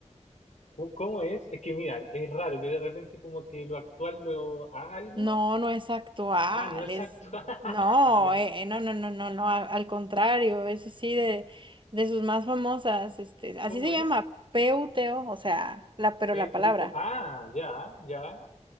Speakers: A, on the left; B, on the right.
A: ¿Cómo cómo es? Es que mira, es raro, yo de repente como que lo actual lo a algo.
B: No, no es actual,
A: Ah, no es
B: es,
A: actual. <laughs>
B: no,
A: Ya.
B: eh, eh, no, no, no, no, no, al, al contrario, eso sí, de, de sus más famosas, este, así
A: ¿Cómo
B: se
A: es?
B: llama, PUTO, o o sea, la, pero
A: P
B: la palabra.
A: U T- Ah, ya, ya.